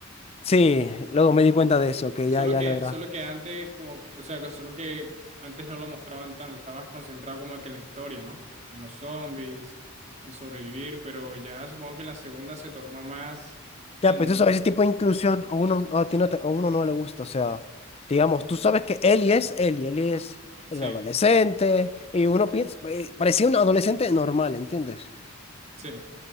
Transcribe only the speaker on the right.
Solo
que,
solo que antes como que, o sea, que solo que antes no lo mostraban tanto, estabas concentrado como que en la historia, ¿no? En los zombies, en sobrevivir, pero ya supongo que en la segunda se tornó más
en,
sí,
sí,